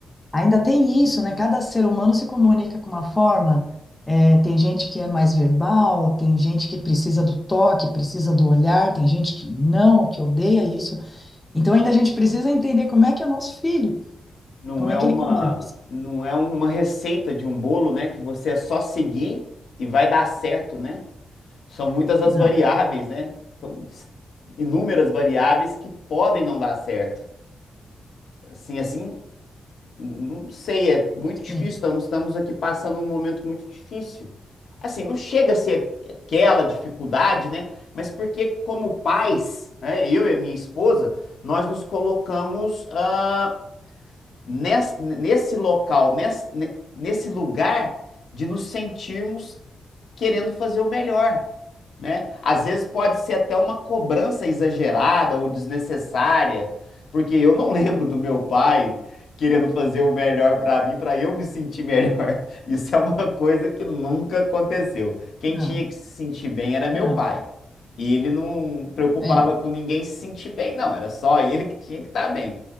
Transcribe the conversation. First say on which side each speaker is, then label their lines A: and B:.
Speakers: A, on the left (about 15°); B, on the left (about 70°).
A: Ainda tem isso, né? Cada ser humano se comunica com uma forma. É, tem gente que é mais verbal, tem gente que precisa do toque, precisa do olhar, tem gente que não, que odeia isso. Então ainda a gente precisa entender como é que é o nosso filho,
B: Não
A: como
B: é
A: é que
B: uma,
A: ele conversa.
B: não é uma receita de um bolo, né? Que você é só seguir e vai dar certo, né? São muitas as
A: Não.
B: variáveis, né? São inúmeras variáveis que podem não dar certo. Assim, assim, não sei, é muito difícil.
A: Sim,
B: Estamos, estamos aqui passando um momento muito difícil. Assim, não chega a ser aquela dificuldade, né? Mas porque, como pais, né, eu e a minha esposa, nós nos colocamos ah, nes- nesse, local, nes- ne- nesse lugar de nos sentirmos querendo fazer o melhor, né? Às vezes pode ser até uma cobrança exagerada ou desnecessária, porque eu não <laughs> lembro do meu pai querendo fazer o melhor para mim, para eu me sentir melhor. <laughs> Isso é uma coisa que nunca aconteceu. Quem
A: não,
B: tinha que se sentir bem era meu
A: não,
B: pai. E ele não preocupava
A: é,
B: com ninguém se sentir bem, não. Era só ele que tinha que estar bem.